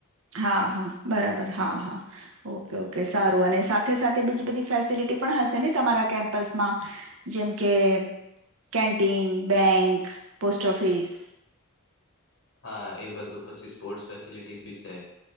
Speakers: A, on the right (about 65°); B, on the left (about 60°).
A: હા હા બરાબર હા હા. ઓકે ઓકે સારું અને સાથે સાથે બીજી બધી ફેસિલિટી પણ હશે ને તમારા કેમ્પસમાં? જેમ કે કેન્ટીન બેંક પોસ્ટ ઓફિસ.
B: હા એ બધું પછી સ્પોર્ટસ ફેસિલિટીસ બી છે